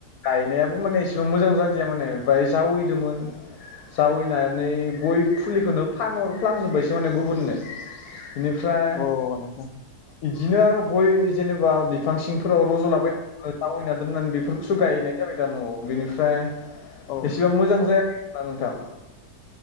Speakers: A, on the left; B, on the left.
A: गायनायाबो माने इसेबां मोजां जादिया माने बाय जावैदोंमोन जावैनानै गय फुलिखौनो फानहरफ्लांजोब्बायसो माने गुबुननो। इनिफ्राय
B: औ अ नोंथां
A: इदि दिनो आरो गय जेनेबा बिफां सिंफोराव रज'लाबाय ओ जावायना दोननानै बेफोरख खौसो गायनाय जाबाय दा न'आव बिनिफ्राय
B: औ
A: एसेबां मोजां जायाखै। आ नोंथां